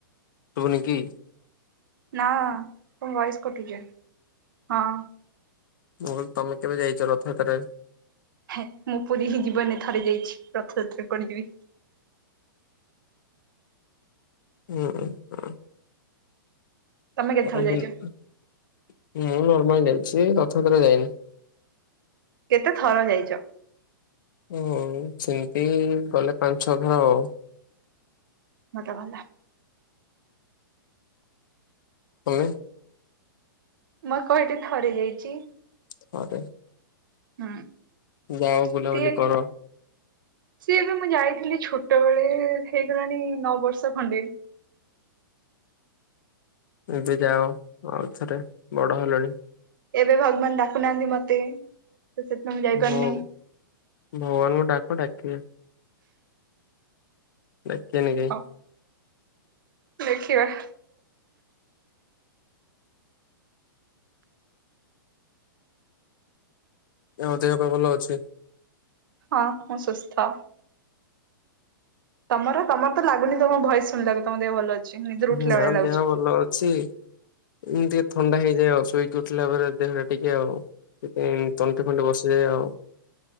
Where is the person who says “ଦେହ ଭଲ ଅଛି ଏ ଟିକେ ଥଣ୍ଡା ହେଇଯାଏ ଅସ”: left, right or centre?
Left